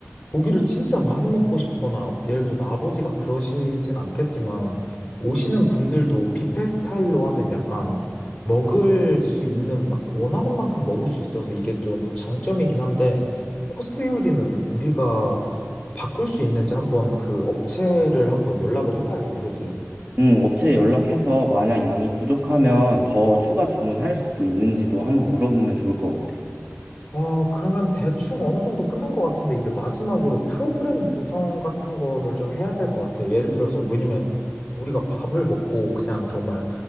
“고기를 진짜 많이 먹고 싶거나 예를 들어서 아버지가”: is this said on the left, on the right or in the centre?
Left